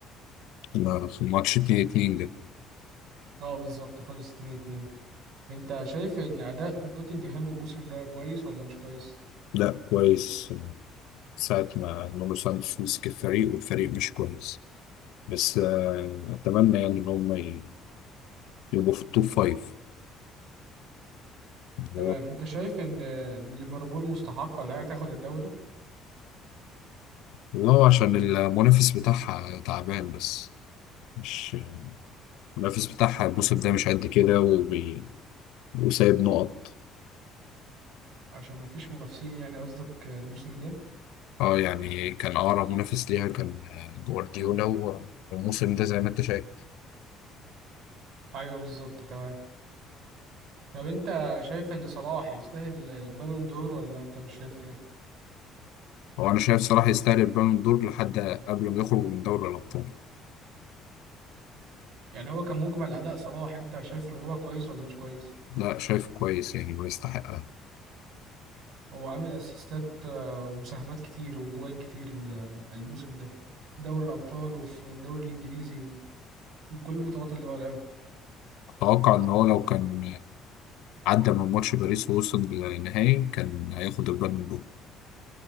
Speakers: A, on the left (about 80°); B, on the right (about 70°).
A: ما- ماتش 2 2 ده
B: اه بالظبط خلص 2-2 انت شايف ان اداء نوتنجهام الموسم ده كويس ولا مش كويس
A: لا كويس ساعة ما نونو سانتوس مسك الفريق والفريق مش كويس بس آه، أتمنى يعني إن هم ي- يبقوا في التوب فايف هو-
B: تمام انت شايف ان آه، ليفربول مستحقة انها تاخد الدوري
A: والله عشان المنافس بتاعها تعبان بس مش آه، المنافس بتاعها الموسم ده مش قد كده وبي... وسايب نقط
B: عشان ما فيش منافسين يعني قصدك آه، الموسم ده
A: اه يعني كان اقرب منافس ليها كان آه، جوارديولا و- والموسم ده زي ما انت شايف
B: ايوه بالظبط تمام طب انت شايف ان صلاح يستاهل البالون دور ولا انت مش شايف كده
A: هو انا شايف صلاح يستاهل البالون دور لحد قبل ما يخرج من دوري الابطال
B: يعني هو كمجمل اداء صلاح انت شايف اللي هو كويس ولا مش كويس
A: لا شايفه كويس يعني ويستحقها
B: هو عامل اسيستات آه، ومساهمات كتير وجوان كتير ال- الموسم ده في دوري الابطال وفي الدوري الانجليزي وكل البطولات اللي هو لعبها
A: اتوقع ان هو لو كان عدى من ماتش باريس ووصل للنهائي كان هياخد البالون دور